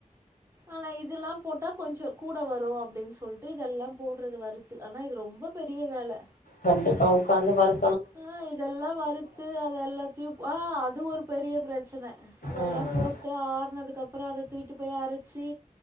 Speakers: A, on the right; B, on the left.
A: ஆனா இதுல்லா போட்டா கொஞ்சோ கூட வரும் அப்டின்னு சொல்லிட்டு விட்டு இதெல்லா போடுறது வறுத்து ஆனா இது ரொம்ப பெரிய வேல
B: கண்டிப்பா உக்காந் வறு
A: ஆ இதெல்லா வறுத்து அத எல்லாத்தையு ஆ அது ஒரு பெரிய பிரச்சனை அதெல்லா
B: ம்
A: போட்டு ஆறனதுக்கு அப்றோ அத தூக்ட்டு போய் அரைச்சி